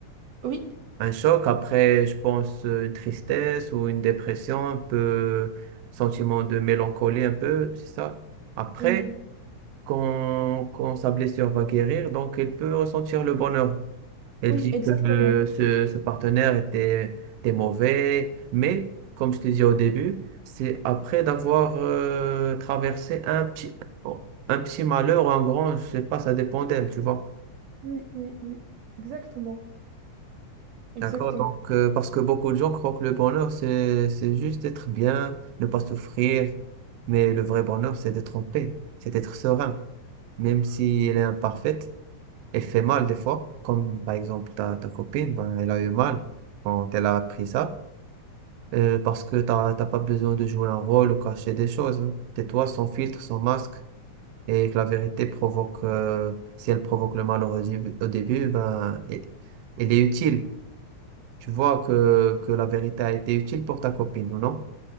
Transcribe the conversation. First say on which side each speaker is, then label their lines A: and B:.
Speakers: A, on the right; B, on the right.
A: Oui,
B: Un choc, après, je pense, euh, une tristesse ou une dépression, un peu sentiment de mélancolie, un peu, c'est ça. Après,
A: oui.
B: quand, quand sa blessure va guérir, donc il peut ressentir le bonheur. Elle
A: Oui,
B: dit
A: exactement.
B: que euh, ce, ce partenaire était, était mauvais, mais comme je te dis au début, c'est après d'avoir euh, traversé un petit, un petit malheur ou un grand, je sais pas, ça dépend d'elle, tu vois.
A: Oui, oui, oui. Exactement. Exactement.
B: D'accord, donc euh, parce que beaucoup de gens croient que le bonheur, c'est c'est juste être bien, ne pas souffrir, mais le vrai bonheur, c'est d'être en paix, c'est d'être serein, même si elle est imparfaite, elle fait mal des fois, comme par exemple ta, ta copine, ben, elle a eu mal quand elle a appris ça, euh, parce que t'as t'as pas besoin de jouer un rôle ou cacher des choses, hein. Tais-toi sans filtre, sans masque, et que la vérité provoque, euh, si elle provoque le mal au début, au début, ben, elle elle est utile. Tu vois que, que la vérité a été utile pour ta copine, ou non?